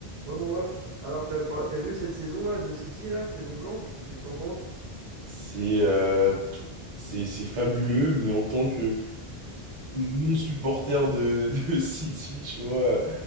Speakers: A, on the right; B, on the right.
A: Ouais, bon, bref. Alors, t'as pas- t'as vu cette saison-là de City, là, saison blanche? Qu'est-ce que t'en penses?
B: C'est euh, c'est c'est fabuleux, mais en tant que non-supporter de, de <laughs> City, tu vois,